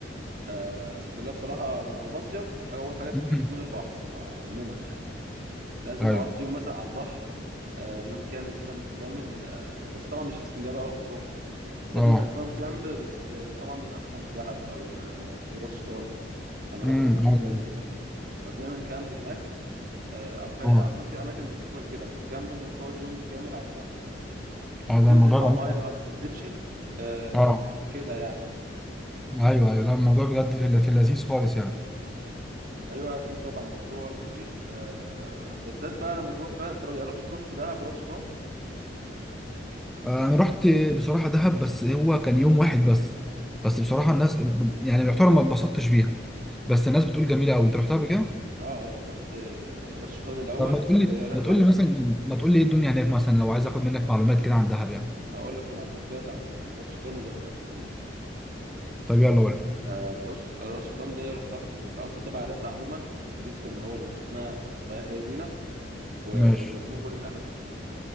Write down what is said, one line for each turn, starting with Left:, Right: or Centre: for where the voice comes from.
Right: آه، اسافر لها بصراحه هو مصيف اول حاجه بتيجي
Centre: <laughs> مم.
Right: في دماغ البحر هو عموما يعني لازم
Centre: ايوه
Right: اقضي يوم مثلا على البحر آه، يوم كامل كده متكامل آه، بس طبعا مش في اسكندريه بقى ولا مطروح ده
Centre: اه
Right: بيبقى نظام كامب بس ب- طبعا بيبقى مثلا في دهب او آه، في راس شيطان انا رحت
Centre: امم
Right: الاماكن
Centre: ايوه
Right: دي قبل كده فبنعمل كامب هناك آه، او هي
Centre: اه
Right: اصلا في اماكن مخصصه لكده الكامب انك تقعد يوم كامل على البحر بس
Centre: اه
Right: تنزل
Centre: ده الموضوع
Right: بقى
Centre: جميل
Right: ميه ما تنزلش آه،
Centre: اه
Right: ك- كده يعني
Centre: ايوه ايوه لا الموضوع بجد في ال- في اللذيذ خالص يعني
Right: ايوه اكيد طبعا الموضوع جميل آه، بالذات بقى لما تروح فعلا انت جربت تروح دهب وراس شيطان
Centre: آه، انا رحت بصراحه دهب بس هو كان يوم واحد بس بس بصراحه الناس يعني يعتبر ما اتبسطتش بيها بس الناس بتقول جميله قوي انت رحتها قبل كده
Right: اه اه رحت آه، راس شيطان الاول
Centre: طب ما
Right: كانت
Centre: تقول لي
Right: هي رحله
Centre: ما تقول لي مثلا ما تقول لي ايه الدنيا هناك مثلا لو عايز اخد منك معلومات كده عن دهب يعني
Right: هقول لك المعلومات دلوقتي عن راس شيطان ودهب الاثنين
Centre: طب يلا قول لي
Right: آه بص راس شيطان ده رحتها كنت اصلا تبع الرحله عموما اتوبيس كان هو اللي واخدنا آه، رايح جاي بينا وكان
Centre: ماشي
Right: بيودينا كل الاماكن عموما